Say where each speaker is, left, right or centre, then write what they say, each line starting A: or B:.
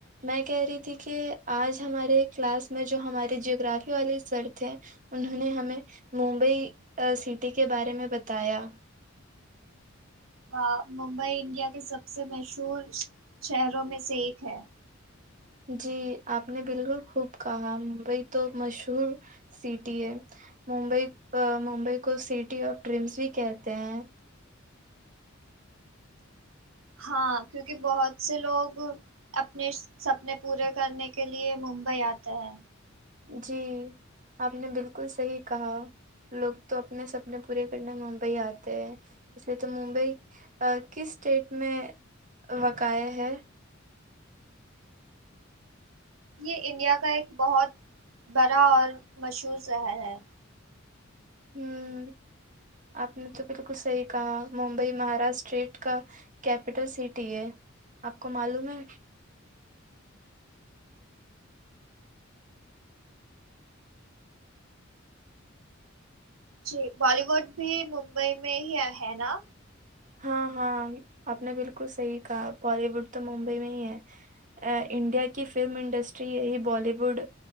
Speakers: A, on the right (about 40°); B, on the right (about 75°).
A: میں کہہ رہی تھی کہ آج ہمارے کلاس میں جو ہمارے جیگرافی والے سر تھے انہوں نے ہمیں ممبئی سٹی آ کے بارے میں بتایا
B: واں ممبئی انڈیا کے سب سے مشہور شہروں میں سے ایک ہے
A: جی آپ نے بالکل خوب کہا ممبئی تو مشہور سٹی ہے ممبئی آ ممبئی کو سٹی آف ڈرینس بھی کہتے ہیں
B: ہاں کیونکہ بہت سے لوگ اپنے سپنے پورے کرنے کے لیے ممبئی آتے ہیں
A: جی آپ نے بالکل صحیح کہا لوگ تو اپنے سپنے پورے کرنے ممبئی آتے ہیں ویسے تو ممبئی کس اسٹیٹ میں واقاع ہے
B: یہ انڈیا کا ایک بہت بڑا اور مشہور شہر ہے
A: ہوں آپ نے تو بالکل صحیح کہا ممبئی مہاراشٹراسٹیٹ کا کیپٹل سٹی ہے آپ کو معلوم ہے
B: جی بالی ووڈ بھی ممبئی میں ہی ہے نا
A: ہاں ہاں آپ نے بالکل صحیح کہا بالی ووڈ تو ممبئی میں ہی ہے انڈیا کی فلم انڈسٹری یہی بالی ووڈ